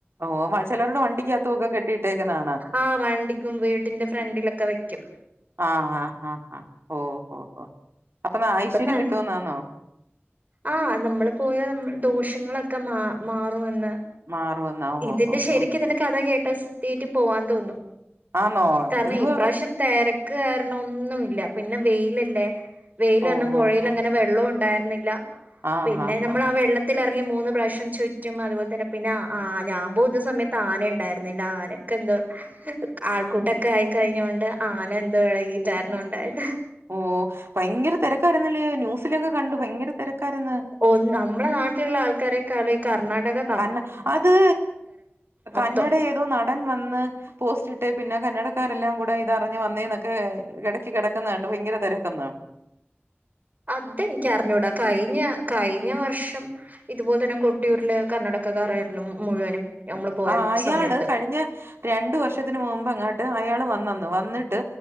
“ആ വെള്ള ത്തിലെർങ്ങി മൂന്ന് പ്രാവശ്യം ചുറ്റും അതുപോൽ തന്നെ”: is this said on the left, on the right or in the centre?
Right